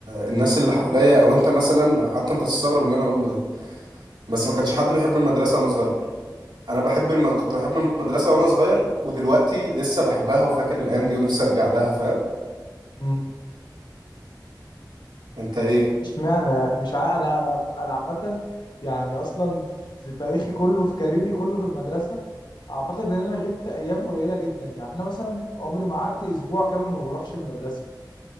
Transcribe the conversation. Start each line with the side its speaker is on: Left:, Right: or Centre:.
Right: الناس اللي حواليا أو أنت مثلا حتى أنت تستغرب اللي أنا أقوله ده بس ما كانش حد بيحب المدرسة وأنا صغير أنا بحب الم... كنت بحب المدرسة وأنا صغير ودلوقتي لسه بحبها وفاكر الأيام دي ونفسي أرجع لها فاهم
Left: امم
Right: أنت إيه؟
Left: اشمعنى يعني؟ مش عا... انا انا انا عامة يعني اصلا في تاريخي كله في كاريري كله في المدرسة اعتقد ان انا غبت ايام قليلة جدا يعني انا مثلا عمري ما قعدت اسبوع كامل ما بروحش المدرسة